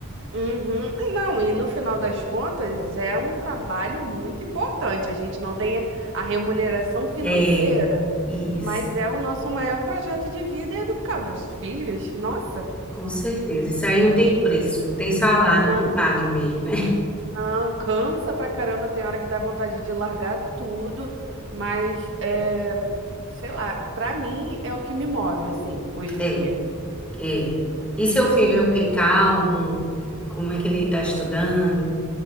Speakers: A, on the right; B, in the centre.
A: Uhum. Não, e no final das contas é um trabalho muito importante. A gente não tem a remuneração financeira,
B: É, isso.
A: mas é o nosso maior projeto de vida é educar nossos filhos. Nossa.
B: Com certeza. Isso aí não tem preço, não tem salário
A: Não,
B: que pague mesmo, né?
A: não, cansa pra caramba, tem hora que dá vontade de largar tudo, mas é, sei lá, pra mim é o que me move assim, hoje em
B: É,
A: dia.
B: é. E seu filho é o quê? Calmo? Como é que ele está estudando?